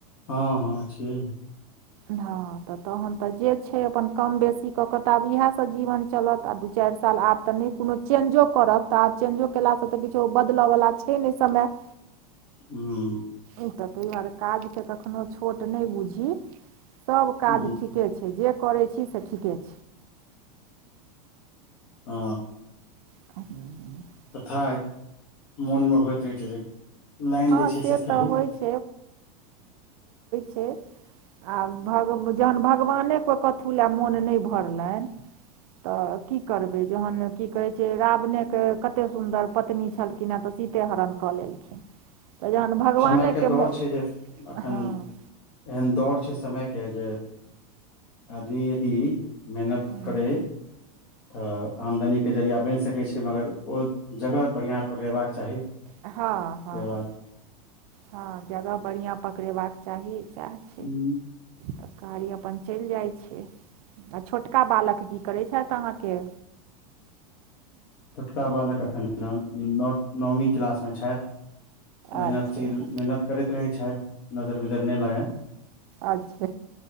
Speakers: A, on the left (about 55°); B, on the right (about 65°).
A: हाँ हाँ, छियै।
B: हँ। तऽ तहन तऽ जे छै, अपन कम बेसी कऽ तऽ आब इएहसँ जीवन चलत आ दू चार साल आब। तऽ नहि, कोनो चेंज करब तऽ आब चेंज केलासँ तऽ किछु बदलऽवला छै नहि, समय। <unintelligible>
A: हँ।
B: ई तऽ ताहि दुआरे काजके कखनोहु छोट नहि बुझहि। सभ काज
A: ह्म
B: ठीके छै, जे करै छी से ठीके छै।
A: आ।
B: हम।
A: तथा मोनमे होइत रहै छै, जे लाइन
B: हँ
A: जे छै, से सही
B: से होई छै। आ भऽ जहन भगवाने कोइ कथु लए मोन नहि भरले। तऽ की करबै जहन की कहै छै, रावणेके कते सुन्दर पत्नी छलखिन। किना तऽ सीते, हरण कऽ लेलखिन। तऽ जहन भगवानेके
A: समयके दोर
B: मो
A: छै जे एखन।
B: हँ
A: एहन दौड़ छै, सम के जे आदमी यदि। मेहनत
B: हँ
A: करै, तऽ आमदनी। के जरिया बैन सकै छै, मगर ओ जगह बढ़िआँ पकड़ेबाक चाही।
B: हँ-हँ,
A: से बात
B: हँ। जगह बढ़िआँ पकड़बाक चाही, चाही।
A: हूँ।
B: तऽ कारी अपन चैल जाइत छै, आ छोटका बालक की करैत छथ अहाँकेँ।
A: छोटका बालक एखन नौ नौमी क्लासमे छथि। मेहनत
B: अच्छा
A: सी मेहनत करैत रहै छथ नजर बिजर नहि लागै।
B: अच्छा।